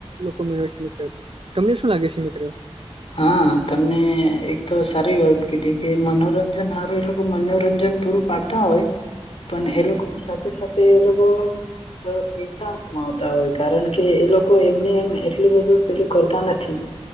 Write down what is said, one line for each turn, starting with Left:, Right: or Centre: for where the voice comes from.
Right: લોકો મેળવે છે મિત્ર તમને શું લાગે છે મિત્રો
Left: હા તમને એક તો સારી વાત કીધી કે મનોરંજન સારું એ લોકો મનોરંજન પૂરું પાડતા હોય પણ એ લોકો ની સાથે સાથે એ લોકો અ પૈસા કમાવતા હોય કારણ કે એ લોકો કો એમને એમ એટલું બધું પેલું કરતા નથી.